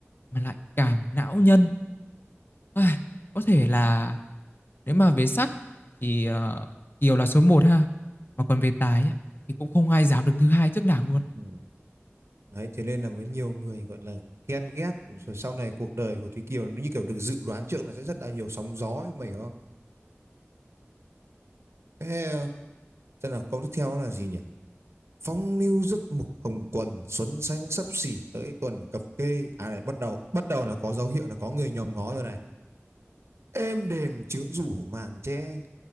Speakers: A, on the left; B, on the right.
A: mà lại càng não nhân Ai, có thể là nếu mà về sắc thì ờ, Kiều là số một ha mà còn về tài á, thì cũng không ai dám đứng thứ hai trước nàng luôn
B: Ừ. Đấy, thế nên là mới nhiều người gọi là ghen ghét rồi sau này cuộc đời của Thúy Kiều nó như kiểu được dự đoán trước là sẽ rất là nhiều sóng gió mày hiểu không? Thế ờ, là câu tiếp theo là gì nhỉ? Phong lưu rất mực hồng quần xuân xanh sắp xỉ tới tuần cập kê à này bắt đầu bắt đầu là có dấu hiệu là có người nhòm ngó rồi này êm đềm trướng rủ màn che